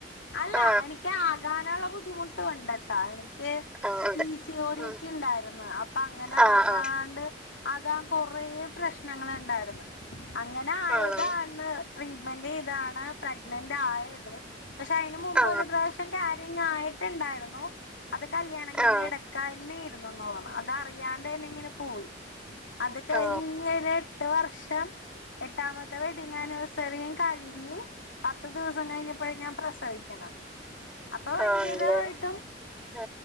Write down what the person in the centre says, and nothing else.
ആ
അങ്ങനെ
ഉം.
ആ
ആ
ആണോ
ആ
ആ
ആ
ആണല്ലേ ആ